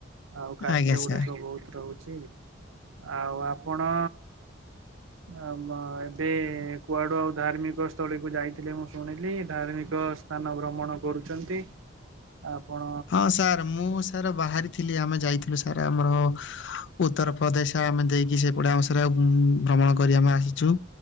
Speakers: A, on the right; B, on the left.
A: ଆଉ କାର୍ଯ୍ୟଗୁଡାକ
B: ଆଜ୍ଞା ସାର୍
A: ବୋହୁତ ରହୁଚ ଆଉ ଆପଣ ଆମ ଏବେ କୁଆଡୁ ଆଉ ଧାର୍ମିକ ସ୍ତଳୀକୁ ଯାଇଥିଲେ ମୁଁ ଶୁଣିଲି ଧାର୍ମିକ ସ୍ ସ୍ତାନ ଭ୍ରମଣ କରୁଚନ୍ତି। ଆ ଆପଣ
B: ହଁ ସାର୍ ମୁଁ ସାର୍ ବାହାରି ଥିଲି ଆମେ ଯାଇଥିଲୁ ସାରେ ଆମର ଉତ୍ତରପ୍ରଦେଶ ଆମେ ଦେଇକି ସେପଟେ ଆଉଁ ସେରା ଉଁ ଭ୍ରମଣ କରି ଆମେ ଆସିଛୁ